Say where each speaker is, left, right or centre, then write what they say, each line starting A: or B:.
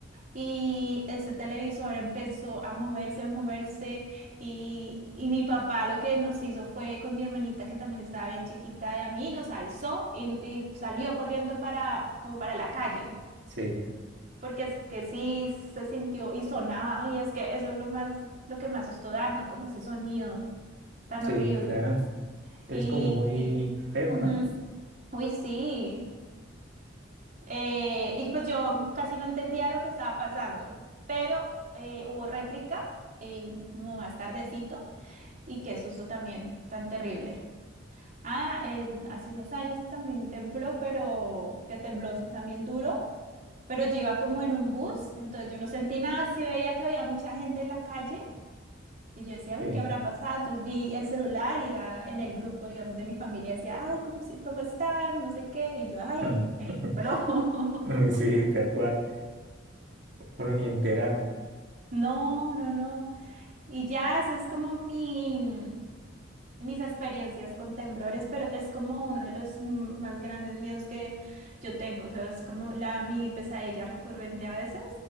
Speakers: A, on the right; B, on the right.
A: y ese televisor empezó a moverse, a moverse y, y mi papá lo que nos hizo fue con mi hermanita que también estaba bien chiquita de a mí, nos alzó y, y salió corriendo para, como para la calle.
B: Sí,
A: Porque es que sí se sintió y sonaba, y es que eso es lo más, lo que me asustó, dar, ¿no? Como ese sonido tan
B: sí,
A: horrible.
B: claro. Es
A: Y,
B: como muy
A: y-
B: feo,
A: ujú,
B: ¿no?
A: uy, sí. Eh, y pues yo casi no entendía lo que estaba pasando, pero eh, hubo réplica eh, como más tardecito y qué susto también tan terrible. Ah, eh, hace unos años también tembló, pero que tembló también duro, pero yo iba como en un bus, entonces yo no sentí nada, sí veía que había mucha gente en la calle Y yo decía, "Ay,
B: Sí,
A: ¿qué habrá pasado? Entonces vi el celular y era en el grupo, digamos, de mi familia. Decía, ay, ¿cómo, se- cómo están? No sé qué. Y yo, ay,
B: <laughs>
A: de blo. <laughs>
B: sí, tal cual. Uno ni enterado.
A: No, no, no. Y ya, eso es como mi, mis experiencias con temblores, pero es como uno de los mm, más grandes miedos que yo tengo. O sea, es como la, mi pesadilla recurrente a veces,